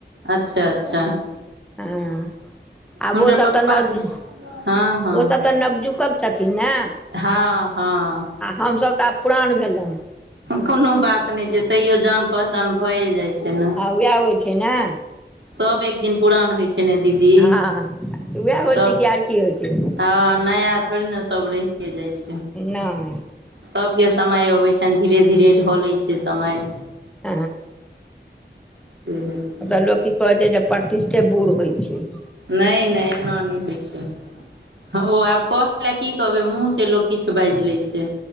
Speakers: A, on the right (about 80°); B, in the centre.
A: अच्छा अच्छा
B: हँ आब
A: हुनकर
B: ओसभ
A: पप्पा
B: तऽ न
A: के हँ हँ
B: ओ सब तऽ नवजुकक छथिन नै
A: हँ हँ
B: हमस तऽ पुरान भेलो
A: कोनो बात नय छै तैयो जान पहचान भए जाइ छै नऽ
B: वएह होइ छै नऽ
A: सब एक दिन पुरान होइ छै नऽ दीदी
B: हँ तऽ उएह होइ
A: सभ
B: छै कि आर की होइ छै
A: हँ नया थोड़ी नय सभ रेह जाइ छै
B: नय
A: सभके समय अबै छैन धीरे धीरे ढलै छै समय
B: <unintelligible>
A: से होइ छै
B: एत लोक की कहै छै जे प्रतिष्ठे बुढ़ होइ छै
A: नय नय एना नय होइ छै हऽ ओ आब कहै ल की कहबै मुँह छै लोक किछ बाइज लै छै